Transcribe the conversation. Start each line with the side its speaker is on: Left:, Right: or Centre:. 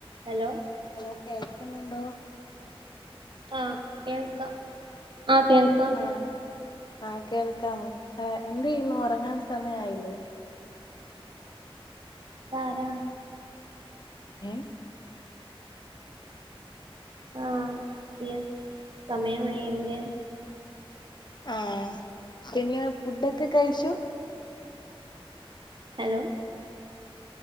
Right: Hello?
Left: Hello കേൾക്കുന്നുണ്ടോ?
Right: ആഹ് കേൾക്കാം. ആഹ് കേൾക്കാം.
Left: ആഹ് ആഹ് കേൾക്കാമോ ആ എന്ത് ചെയ്യുന്നു ഉറങ്ങാൻ സമയായില്ലേ?
Right: ഇതാരാ?
Left: എ
Right: ആ <unintelligible> യസ്‌ സമയം വയ്യന്ത്
Left: ആ പിന്നെ ഫുഡൊക്കെ കഴിച്ചു
Right: ഹലോ